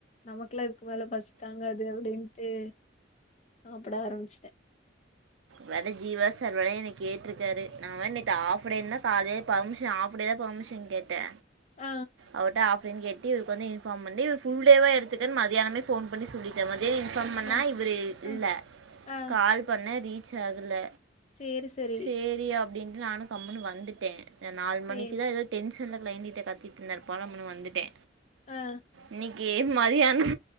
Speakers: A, on the left; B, on the right.
A: நமக்குல்லா இதுக்கு மேல பசி தாங்காது அப்டின்ட்டு சாப்புட ஆரம்பிச்சிட்டே
B: வேற ஜீவா சார் வேற என்னய கேட்டிருக்காரு நா வேற நேத்து ஆஃப் டேனுதா காலைல பேர்மிஷன் ஆஃப் ப் டேதா பெர்மிஷன் கேட்டே
A: ஆ
B: அவர்ட்ட ஆஃப் டேன் கேட்டு இவ்ருக் வந்து இன்ஃபார்ம் பண்ணி ஒரு ஃபுல் டேவா எடுத்துக்கன் மதியானமே ஃபோன் பண்ணி சொல்லிட்ட மதியோ இன்பார்ம் பண்ணா
A: ஆ
B: இவரு
A: ஆ
B: இல்ல
A: ஆ
B: கால் பண்ண ரீ ச்சாகல
A: சேரி சேரி
B: செரி அப்டின்ட்டு நானு கம்னு வந்துட்டன் நாலு
A: சேரி
B: மணிக்குதா எதோ டென்ஷன்ல க்ளைண்டிட்ட கத்திட்டு இருந்தார்ப்போலம்ன்னு வந்துட்டே
A: ஆ
B: இன்னக்கி மதியானோ